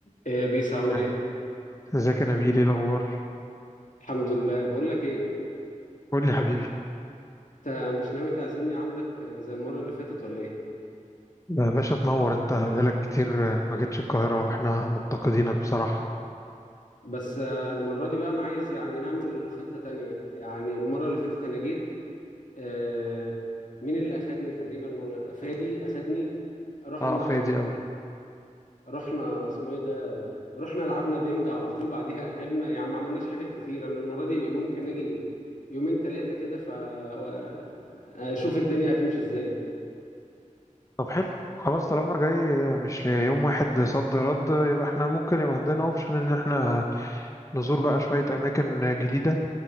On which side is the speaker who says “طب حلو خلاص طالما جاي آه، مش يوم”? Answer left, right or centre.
Left